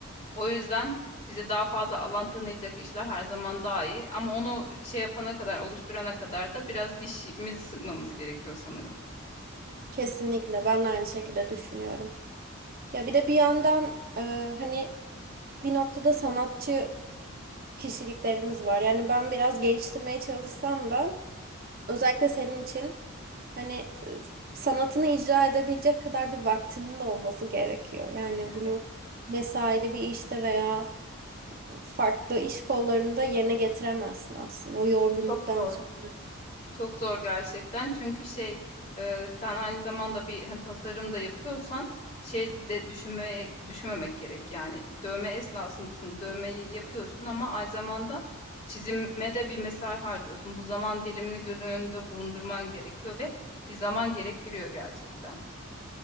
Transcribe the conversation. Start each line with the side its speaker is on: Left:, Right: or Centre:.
Left: O yüzden bize daha fazla alan tanıyacak işler her zaman daha iyi. Ama onu şey yapana kadar, oluşturana kadar da biraz dişimizi sıkmamız gerekiyor sanırım.
Right: Kesinlikle ben de aynı şekilde düşünüyorum. Ya bir de bir yandan e, hani bir noktada sanatçı kişiliklerimiz var. Yani ben biraz geliştirmeye çalışsam da özellikle senin için hani e, sanatını icra edebilecek kadar bir vaktinin de olması gerekiyor. Yani
Left: Evet.
Right: bunu mesaili bir işte veya farklı iş kollarında yerine getiremezsin aslında o yorgunluktan
Left: Çok zor.
Right: sonra.
Left: Çok zor gerçekten. Çünkü şey e, sen aynı zamanda bir hani tasarım da yapıyorsan şey de düşünmeye düşünmemek gerek. Yani dövme esnasındasın. Dövmeyi yapıyorsun ama aynı zamanda çizime de bir mesai harcıyorsun. Bu zaman dilimini gözün önünde bulundurman gerekiyor ve bir zaman gerektiriyor gerçekten.